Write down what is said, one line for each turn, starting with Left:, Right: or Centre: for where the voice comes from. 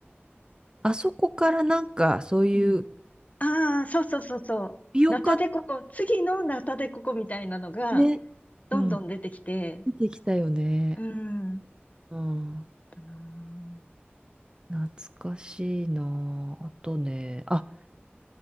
Right: あそこからなんかそういう、
Left: うん。
Right: タ
Left: ああ、そうそうそうそう。
Right: ピオカ
Left: ナタデココ、次のナタデココみたいなのが、
Right: ね、
Left: どんどん出てきて、
Right: うん、出てきたよね。
Left: うん。
Right: うん。
Left: たな
Right: 懐かしいなあ。あとね、あ、